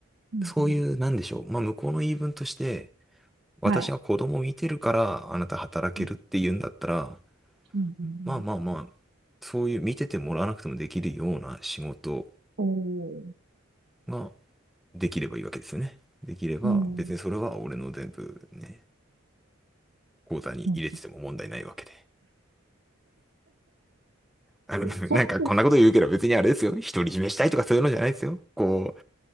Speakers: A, on the right (about 55°); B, in the centre.
A: うんうん
B: そういう、なんでしょう。まあ向こうの言い分として、私が子供を見てるからあなた働けるって言うんだったら、
A: はい。うんうんうん
B: まあまあまあ、そういう見ててもらわなくてもできるような仕事
A: おー。
B: ができればいいわけですよね。できれば、
A: うんうん
B: 別にそれは俺の全部ね、口座に入れてても問題ないわけで。
A: うん
B: あの、
A: そっち、
B: なんかこんなこと言うけど別にあれですよ。独り占めしたいとかそういうのじゃないですよ。こ